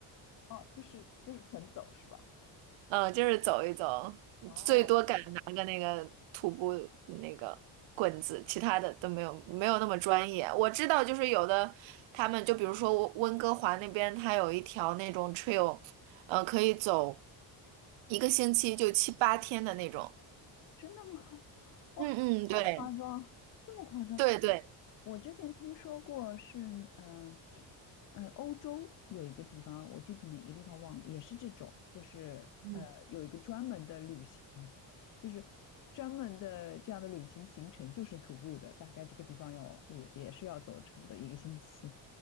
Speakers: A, on the left; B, on the right.
A: 哦，就是就是纯走是吧？
B: <laughs> 嗯，就是走一走，
A: 哦，
B: 最多敢拿个那个徒步那个棍子，其他的都没有没有那么专业。我知道，就是有的他们就比如说温温哥华那边，它有一条那种 trail，呃，可以走一个星期就七八天的那种。
A: 真的吗？哇，
B: 嗯嗯，
A: 这么夸张，
B: 对。
A: 这么夸张！
B: 对对，
A: 我之前听说过是，嗯、嗯、欧洲有一个地方，我具体哪个地方忘了，也是这种，就是呃，
B: 嗯，
A: 有一个专门的旅行，<laughs> 就是专门的这样的旅行行程，就是徒步的，大概这个地方要也也是要走差不多一个星期。